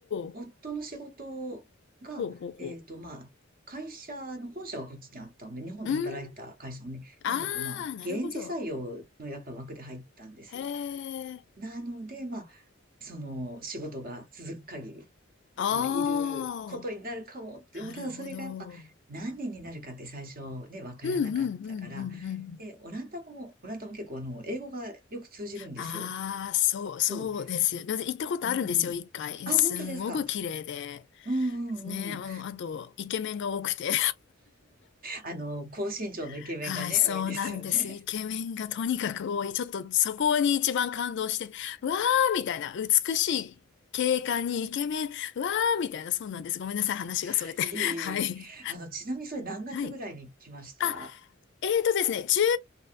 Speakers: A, on the left; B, on the right.
A: お、
B: 夫の仕事が、
A: ほうほうほ
B: えっと、まあ、会社の本社はこっちにあったので、日本で働いてた会社のね、
A: う。うん。ああ、
B: なので、こう、まあ、
A: なるほど。
B: 現地採用のやっぱ枠で入ったんですよ。
A: へえ。
B: なので、まあ、その仕事が続く限り。
A: ああ、
B: まあ、いることになるかもって、でもただそれがやっぱ何年になるかって最初ね、
A: なるほど。
B: わからなかったから、
A: うんうんうんうんうん。
B: で、オランダ語も、オランダも結構あの、英語がよく通じるんですよ。
A: ああ、そう、
B: そ
A: そうですよ。で行ったことあるんですよ、
B: う。うん。
A: 一回。いやすんごく綺麗で。
B: あ、本当ですか。うんうんうん。
A: ですね。あの、あと、イケメンが多くて。
B: あの、高身長のイケメンがね、
A: <laughs> はい、そうなんです。
B: 多いんですよね。
A: イケメンがとにかく多い。ちょっとそこに一番感動して、うわーみたいな、美しい景観にイケメン、うわーみたいな、そうなんです。ごめんなさい、話がそれて。
B: <laughs> いえいえいえ。
A: <laughs> はい。
B: あの、ちなみにそれ何月ぐらいに来ました
A: はい。あ、えーとですね、10